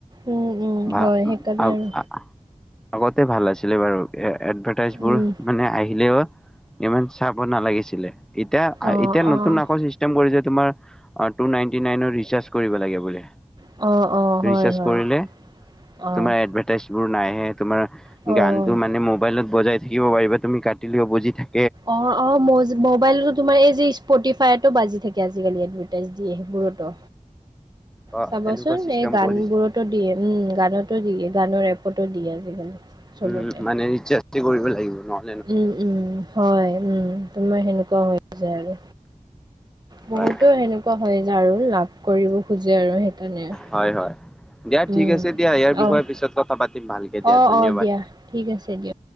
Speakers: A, on the right (about 30°); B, in the centre.
A: উম, উম,
B: ভা
A: হয় সেইকাৰণে
B: উম আ
A: আৰু
B: আগতে ভাল আছিলে বাৰু এ এডভাৰটাইজ
A: উম,
B: বোৰ মানে আহিলেও ইমান চাব নালাগিছিলে তেতিয়া
A: অ',
B: এতিয়া
A: অ',
B: নতুন আকৌ চি চটেম কৰিছে তোমাৰ টু নাইন্তি নাইনৰ ৰিচাৰ্ছ কৰিব লাগে বোলে।
A: অ ' অ'
B: ৰিচাৰ্জ
A: হয়, হয়,
B: কৰিলে
A: অ',
B: তোমাৰ এডভা টাইছ বোৰ নাহে এ তোমাৰ
A: অ'।
B: গানটো মানে মোবাইলত বজাই থাকিব পাৰিবা তুমি কটিলেও বুজি থা
A: অঁ অঁ ম যমোবাইলতো তোমাৰ এই যে স্পটিফায়তো বাজি থাকে আজিকালি এডভাৰ্টাইজ দিয়ে সেবোৰটো
B: অ
A: চাবাচোন
B: এনেকুৱা চিষ্টেম
A: এই গান
B: কৰি দিছে
A: বোৰতো দিয়ে উম গানতো দিয়ে গানৰ এপতো দিয়ে আজিকালি চবতে
B: উম মানে নিচ্ছ ইহঁতি কৰিব লাগিব নৰ
A: উম, উম, হয়। উম, তোমাৰ সেনেকুৱা হৈ হৈ যায় আৰু বহুতো
B: হয়
A: সেনেকুৱা হৈ যায় আৰু লাভ কৰিব খোজে আৰু সেইকাৰণে
B: হয়। হয়। দিয়া
A: উম।
B: ঠিক আছে দিয়া। ইয়াৰ বিষয়ে
A: অ',
B: পিছত কথা পাতিম ভালকে দিয়া
A: অ',
B: ধন্যবাদ
A: অ', দিয়া ঠিক আছে দিয়া-